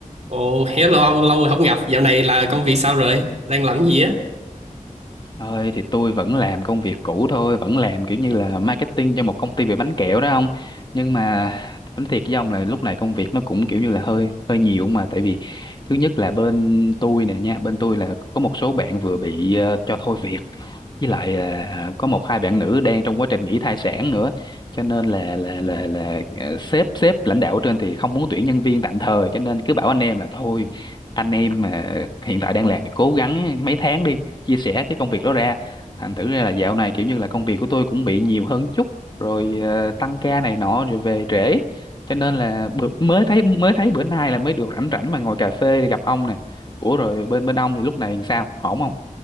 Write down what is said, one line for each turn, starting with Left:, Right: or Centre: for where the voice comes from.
Right: Ồ, hello ông, lâu rồi không gặp. Dạo này là công việc sao rồi? Đang làm gì á?
Left: Ơi thì tôi vẫn làm công việc cũ thôi, vẫn làm kiểu như là marketing cho một công ty về bánh kẹo đó ông. Nhưng mà tính thiệt với ông là lúc này công việc nó cũng kiểu như là hơi hơi nhiều mà tại vì thứ nhất là bên tôi nè nha, bên tôi là có một số bạn vừa bị ờ, cho thôi việc với lại à, à, có một hai bạn nữ đang trong quá trình nghỉ thai sản nữa cho nên là là là là à, sếp sếp lãnh đạo ở trên thì không muốn tuyển nhân viên tạm thời cho nên cứ bảo anh em là thôi anh em mà hiện tại đang làm thì cố gắng mấy tháng đi chia sẻ cái công việc đó ra thành thử ra là dạo này kiểu như là công việc của tôi cũng bị nhiều hơn chút rồi à, tăng ca này nọ rồi về trễ cho nên là bữa, mới thấy mới thấy bữa nay là mới được rảnh rảnh mà ngồi cà phê để gặp ông nè ủa rồi bên bên ông thì lúc này sao ổn không